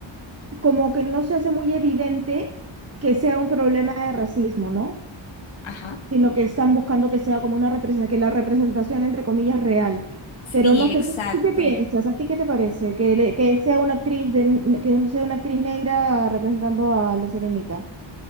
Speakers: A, on the right; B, on the left.
A: como que no se hace muy evidente que sea un problema de racismo, ¿no?
B: Ajá.
A: Sino que están buscando que sea como una representación, que la representación, entre comillas, real.
B: Sí,
A: Pero no sé,
B: exacto.
A: ¿tú, tú qué piensas? ¿A ti qué te parece? Que, le- que sea una actriz de, que un- sea una actriz negra representando a la Sirenita.